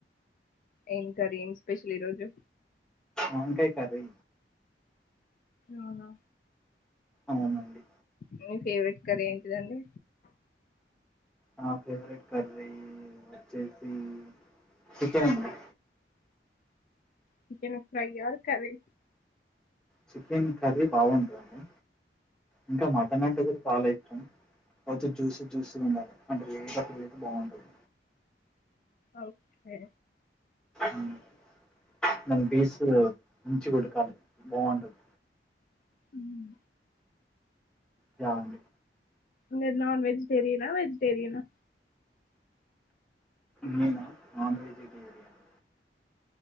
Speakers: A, on the left; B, in the centre.
A: ఏం కర్రీ ఏం స్పెషల్ ఈరోజు?
B: వంకాయ్ కర్రీ
A: అవునా?
B: అవునండి.
A: మీ ఫేవరెట్ కర్రీ ఏంటిదండి?
B: నా ఫేవరెట్ కర్రీ వచ్చేసి చికెన్ అండి
A: chicken fry, or curry
B: chicken curry బాగుంటదండి ఇంకా మటన్ అంటే కూడా చాలా ఇష్టం. అవుతే జ్యూస్ జ్యూసీ గా ఉండాలి అంటే లేత పిల్లైతే బాగుంటది
A: ఓక్కే
B: ఉమ్ ఆ దాని పీసులు మంచిగా ఉడకాలే బాగుంటది
A: ఉమ్
B: జా అండి
A: మీరు నాన్ వెజిటేరియనా వెజిటేరియనా?
B: నేనా నాన్ వెజిటేరియన్